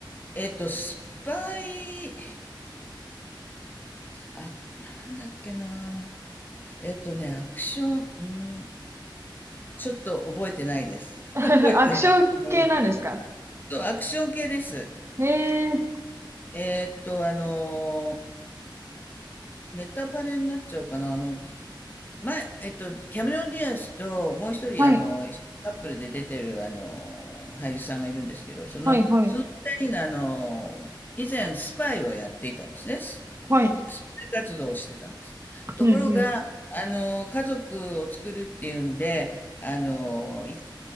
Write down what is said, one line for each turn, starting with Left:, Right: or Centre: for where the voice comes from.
Left: えっと、スパイ、あ、なんだっけな。えっとね、アクション、うーん、ちょっと覚えてないです。
Right: <laughs>
Left: <laughs>
Right: アクション
Left: 覚えてないですね。
Right: <laughs> 系なんですか
Left: そう、アクション系です。
Right: へえ、
Left: えっと、あのー、ネタバレになっちゃうかな。あの、前、えっと、キャメロン・ディアスと、もう一人、
Right: はい、
Left: あの、一緒にカップルで出てる、あのー、俳優さんがいるんですけど、その、
Right: はい、はい、
Left: その二人が、あのー、以前、スパイをやっていたんですね。ス
Right: はい。
Left: スパイ活動をしてたんです。ところが、
Right: うん、うん、
Left: あのー、家族を作るっていうんで、あのー、い